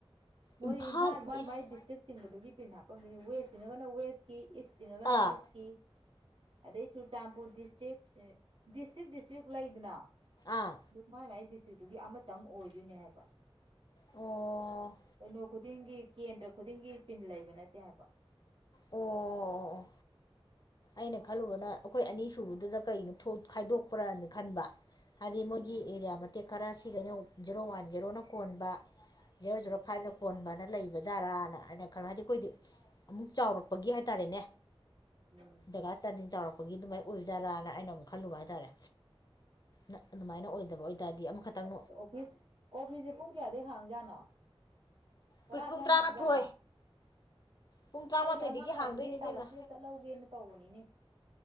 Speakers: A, on the right; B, on the left.
A: ꯃꯣꯏ
B: ꯏꯝꯐꯥꯜ
A: ꯏꯝꯐꯥꯟ ꯃꯣꯏ
B: ꯏꯁ
A: ꯃꯥꯏ ꯆꯤꯛ ꯆꯤꯡꯕꯗꯨꯒꯤ ꯄꯤꯟ ꯍꯥꯞꯄꯝꯗꯨꯅꯤ ꯋꯦꯁ ꯆꯤꯡꯉꯒꯅ ꯋꯦꯁꯀꯤ ꯏꯁ ꯆꯤꯡꯉꯒꯅ
B: ꯑꯥ
A: ꯏꯁ ꯑꯗꯩ ꯆꯨꯔꯆꯥꯟꯄꯨꯔ ꯗꯤꯁꯇ꯭ꯔꯤꯛ ꯗꯤꯁꯇ꯭ꯔꯤꯛ ꯗꯤꯁꯇ꯭ꯔꯤꯛ ꯂꯩꯗꯅ
B: ꯑꯥ
A: ꯑꯗꯨ ꯃꯥꯏ ꯃꯥꯏ ꯗꯤꯁꯇ꯭ꯔꯤꯛꯇꯨꯒꯤ ꯑꯃꯇꯪ ꯑꯣꯏꯗꯣꯏꯅꯦ ꯍꯥꯏꯕ
B: ꯑꯣ
A: ꯀꯩꯅꯣ ꯈꯨꯗꯤꯡꯒꯤ ꯀꯦꯟꯗ꯭ꯔ ꯈꯨꯗꯤꯡꯒꯤ ꯄꯤꯟ ꯂꯩꯕ ꯅꯠꯇꯦ ꯍꯥꯏꯕ
B: ꯑꯣ ꯑꯩꯅ ꯈꯜꯂꯨꯕꯅ ꯑꯩꯈꯣꯏ ꯑꯅꯤꯁꯨꯕꯗꯨꯗ ꯀꯩꯅꯣ ꯈꯥꯏꯗꯣꯛꯄ꯭ꯔꯅ ꯈꯟꯕ ꯍꯥꯏꯗꯤ ꯃꯣꯏꯒꯤ
A: ꯎꯝ
B: ꯑꯦꯔꯤꯌꯥ ꯃꯇꯦꯛ ꯈꯔ ꯁꯤꯒꯩꯅ ꯖꯦꯔꯣ ꯋꯥꯟ ꯖꯦꯔꯣꯅ ꯀꯣꯟꯕ ꯖꯤꯔꯣ ꯖꯤꯔꯣ ꯐꯥꯏꯚꯅ ꯄꯣꯟꯕꯅ ꯂꯩꯕ ꯕꯖꯥꯔꯥꯅ ꯍꯥꯏꯅ ꯈꯜꯂꯣ ꯍꯥꯏꯗꯤ ꯑꯩꯈꯣꯏꯗꯤ ꯑꯃꯨꯛ ꯆꯥꯎꯔꯛꯄꯒꯤ ꯍꯥꯏꯇꯥꯔꯦꯅꯦ
A: ꯎꯝ
B: ꯇꯖ ꯆꯥꯗꯤꯟ ꯆꯥꯎꯔꯛꯄꯒꯤ ꯑꯗꯨꯃꯥꯏ ꯑꯣꯏꯕꯖꯥꯔꯥꯅ ꯑꯩꯅ ꯑꯃꯨꯛ ꯈꯜꯂꯨꯕ ꯍꯥꯏꯇꯥꯔꯦ ꯅ ꯑꯗꯨꯃꯥꯏꯅ ꯑꯣꯏꯗꯕ ꯑꯣꯏꯇꯥꯔꯗꯤ ꯑꯃꯈꯛꯇꯪ
A: ꯐꯤꯁ ꯑꯣ ꯐꯤꯁꯁꯦ ꯄꯨꯡ ꯀꯌꯥꯗꯒꯤꯩ ꯍꯥꯡꯖꯥꯠꯅꯣ ꯇꯔꯥ
B: ꯄꯨꯁ ꯄꯨꯡ
A: ꯁ꯭ꯋꯥꯏ
B: ꯇꯔꯥꯃꯥꯊꯣꯏ
A: ꯍꯥꯡꯖꯥꯠꯔꯥ
B: ꯄꯨꯡ ꯇꯔꯥꯃꯥꯊꯣꯏꯗꯒꯤ
A: ꯑꯩꯗꯤ ꯑꯉꯥꯡ ꯂꯥꯛꯇꯣꯏꯅꯦꯩ
B: ꯍꯥꯡꯗꯣꯏꯅꯦ ꯏꯕꯦꯝꯃ
A: ꯇꯥꯂꯛꯁꯤꯗ ꯆꯠꯍꯧꯒꯦꯅ ꯇꯧꯕꯅꯤꯅꯦ